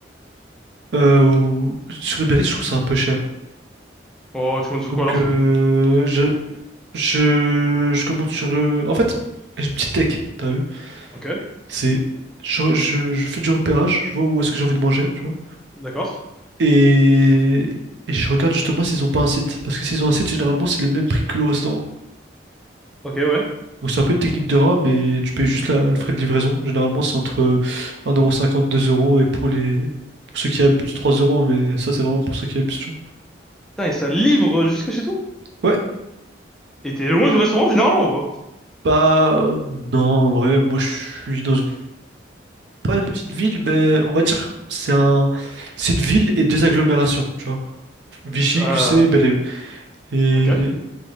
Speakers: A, on the right (about 65°); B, in the centre.
A: Euh, ou- Sur Uber Eats, je trouve ça un peu cher.
B: Oh, tu commandes sur
A: Donc
B: quoi, alors?
A: euh, je... Je, je commence sur. euh, En fait, j'ai une petite tech, t'as vu?
B: Ok.
A: C'est. Je, je, je fais du repérage, je vois où est-ce que j'ai envie de manger, tu vois.
B: D'accord.
A: Et, et je regarde justement s'ils ont pas un site. Parce que s'ils ont un site, généralement, c'est les mêmes prix que le restaurant.
B: Ok, ouais.
A: Donc c'est un peu une technique de rat, mais tu payes juste la- le frais de livraison. Généralement, c'est entre euh, un euro cinquante deux euros Et pour les. Pour ceux qui abusent, trois euros Mais ça, c'est vraiment pour ceux qui abusent, tu
B: Putain, et ça livre jusque chez toi?
A: vois. Ouais.
B: Et t'es loin du restaurant, généralement, ou pas?
A: Bah, non, en vrai, moi, je suis dans une. pas une petite ville, mais on va dire c'est un, c'est une ville et deux agglomérations, tu vois. Vichy,
B: C'est- Euh...
A: QC et bel Et,
B: Ok.